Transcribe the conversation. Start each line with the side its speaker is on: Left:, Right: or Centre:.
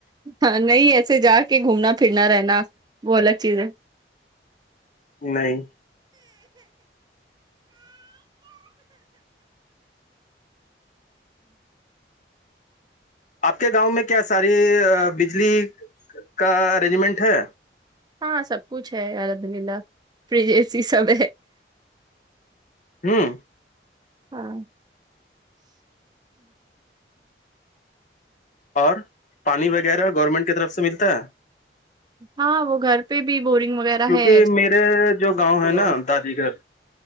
Right: ہاں نہیں ایسے جا کے گھومنا پھرنا رہنا وہ الگ چیز ہے
Left: نہیں آپ کے گاؤں میں کیا ساری بجلی کا ارینجمنٹ ہے
Right: ہاں سب کچھ ہے الحمد للہ فریجز ہی سب ہے
Left: ہوں
Right: ہاں
Left: اور پانی وغیرہ گورنمنٹ کی طرف سے ملتا ہے
Right: ہاں وہ گھر پہ بھی بورنگ وغیرہ
Left: کیونکہ
Right: ہے
Left: میرے جو گاؤں
Right: نہیں
Left: ہے نا دادی گگر